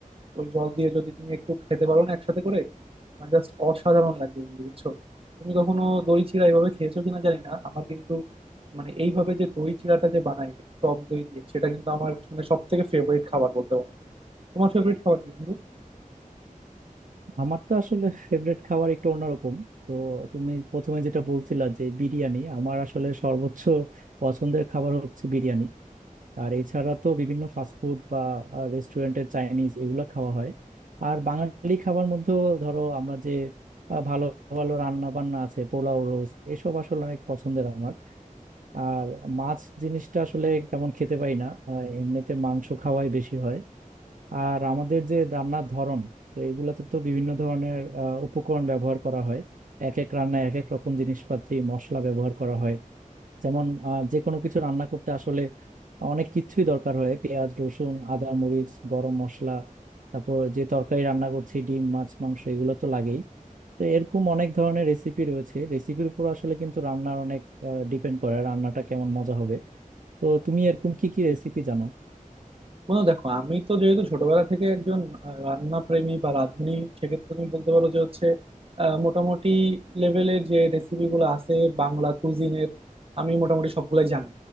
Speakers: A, on the right; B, on the right.
A: ওই জল দিয়ে যদি তুমি একটু খেতে পারো না একসাথে করে মানে জাস্ট অসাধারণ লাগবে বন্ধু বুঝছো তুমি কখনো দই চিড়া এইভাবে খেয়েছো কিনা জানি না আমার কিন্তু মানে এইভাবে যে দই চিড়াটা যে বানাই টক দই দিয়ে সেটা কিন্তু আমার মানে সব থেকে ফেভারিট খাবার বলতে পারো তোমার ফেভারিট খাবার কি বন্ধু
B: আমার তো আসলে ফেভারিট খাবার একটু অন্যরকম তো তুমি প্রথমে যেটা বলছিলা যে বিরিয়ানি আমার আসলে সর্বোচ্চ পছন্দের খাবার হচ্ছে বিরিয়ানি আর এছাড়া তো বিভিন্ন ফাস্টফুড বা রেস্টুরেন্টের চাইনিজ এগুলো খাওয়া হয় আর বাঙালি খাবার মধ্যেও ধরো আমরা যে আহ, ভালো ভালো রান্না বান্না আছে পোলাও রোস্ট এসব আসলে অনেক পছন্দের আমার আর মাছ জিনিসটা আসলে তেমন খেতে পাই না আহ, এমনিতে মাংস খাওয়াই বেশি হয় আর আমাদের যে রান্নার ধরন তো এগুলাতে তো বিভিন্ন ধরনের আহ, উপকরণ ব্যবহার করা হয় এক এক রান্নায় এক এক রকম জিনিসপাতি মশলা ব্যবহার করা হয় যেমন আহ, যে কোনো কিছু রান্না করতে আসলে অনেক কিছুই দরকার হয় পেঁয়াজ রসুন আদা মরিচ গরম মশলা তারপর যে তরকারি রান্না করছি ডিম মাছ মাংস এগুলো তো লাগেই তো এরকম অনেক ধরনের রেসিপি রয়েছে রেসিপির উপর আসলে কিন্তু রান্নার অনেক ডিপেন্ড করে রান্নাটা কেমন মজা হবে তো তুমি এরকম কি কি রেসিপি জানো
A: বন্ধু দেখো আমি তো যেহেতু ছোটবেলা থেকে একজন আহ, রান্না প্রেমী বা রাঁধুনি সেক্ষেত্রে তুমি বলতে পারো যে হচ্ছে আহ, মোটামুটি লেভেলের যে রেসিপি গুলো আছে বাংলা কুজিনের আমি মোটামুটি সবগুলাই জানি